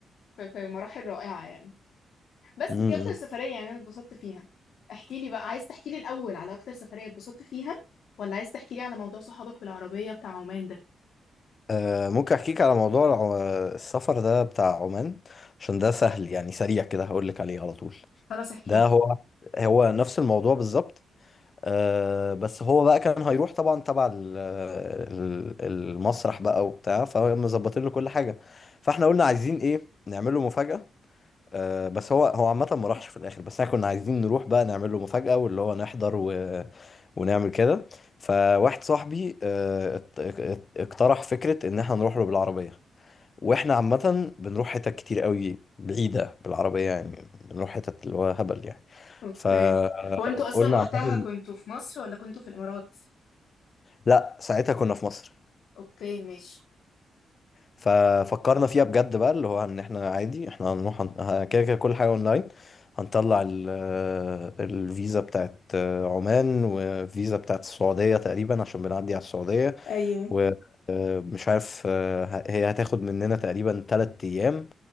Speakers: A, on the left (about 75°); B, on the left (about 40°).
A: في في مراحل رائعة يعني بس
B: م-م.
A: دي اكتر سفرية يعني انا اتبسطت فيها احكي لي بقى عايز تحكي لي الاول على اكتر سفرية اتبسطت فيها ولا عايز تحكي لي على موضوع صحابك بالعربية بتاع عمان ده
B: آه ممكن أحكيك على موضوع الع- السفر ده بتاع عمان عشان ده سهل يعني سريع كده هقول لك عليه على طول
A: خلاص احكي
B: ده
A: لي
B: هو هو نفس الموضوع بالظبط آه، بس هو بقى كان هيروح طبعا تبع ال- ال- المسرح بقى وبتاع فمظبطين له كل حاجه فاحنا قلنا عايزين ايه نعمل له مفاجاه آه، بس هو هو عامه ما راحش في الاخر بس احنا كنا عايزين نروح بقى نعمل له مفاجاه واللي هو نحضر و... ونعمل كده فواحد صاحبي آه، ات- ات- اقترح فكره ان احنا نروح له بالعربيه واحنا عامه بنروح حتت كتير قوي بعيده بالعربيه يعني بنروح حتت اللي هو هبل يعني
A: اوكي
B: فقلنا
A: هو انتوا اصلا وقتها
B: عامه
A: كنتوا في مصر ولا كنتوا في الامارات
B: لا ساعتها كنا في مصر
A: اوكي ماشي
B: ففكرنا فيها بجد بقى اللي هو ان احنا عادي احنا هنروح هن- ه- كده كده كل حاجه اونلاين هنطلع ال- الفيزا بتاعت عمان والفيزا بتاعت السعوديه تقريبا عشان بنعدي على السعوديه
A: ايوه
B: ومش عارف آه، هي هتاخد مننا تقريبا تلات ايام